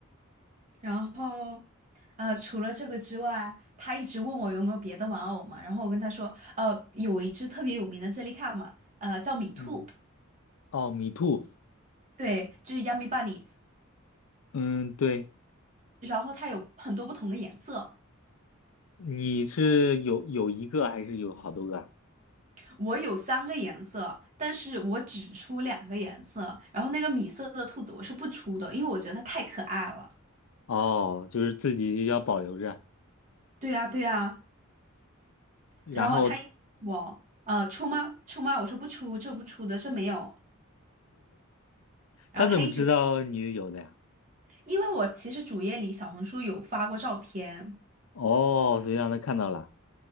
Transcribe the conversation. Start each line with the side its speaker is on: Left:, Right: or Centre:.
Right: 然后，呃，除了这个之外，他一直问我有没有别的玩偶嘛，然后我跟他说，呃，有一只特别有名的 Jellycat 嘛，呃，叫米兔，
Left: 嗯，哦，米兔，
Right: 对，就是 Yummy Bunny，
Left: 嗯，对，
Right: 然后它有很多不同的颜色，
Left: 你是有有一个还是有好多个啊
Right: 我有三个颜色，但是我只出两个颜色，然后那个米色的兔子我是不出的，因为我觉得它太可爱了。
Left: 哦，就是自己要保留着，
Right: 对呀，对呀，
Left: 然后
Right: 然后他一直我呃出吗？出吗？我说不出，这不出的，这没有。然后他一直，
Left: 他怎么知道你有的呀？
Right: 因为我其实主页里小红书有发过照片，
Left: 哦，所以让他看到了。